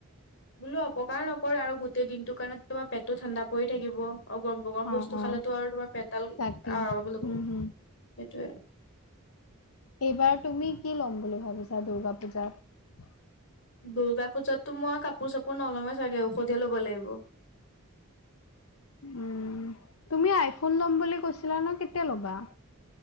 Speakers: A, on the left; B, on the left.
A: বোলো অপকাৰ নকৰৰে আৰু গোটেই দিনটো কাৰণে তোমাৰ পেটটো ঠাণ্ডা পৰি থাকিব। অ গৰম গৰম বস্তু
B: অ অ
A: খালেতো আৰু তোমাৰ পেটডাল
B: তাকেই
A: আ গুলো গুলো
B: উম
A: সেইটোৱে
B: হম এইবাৰ তুমি কি ল'ম বুলি ভাবিছা দূৰ্গা পূজাত?
A: দুৰ্গা পূজাতো মই কাপোৰ চাপোৰ নলমে চাগে, ঔষধে ল'ব লাগিব।
B: উম, তুমি আই- ফোন ল'ম বুলি কৈছিলে ন, কেতিয়া ল'বা?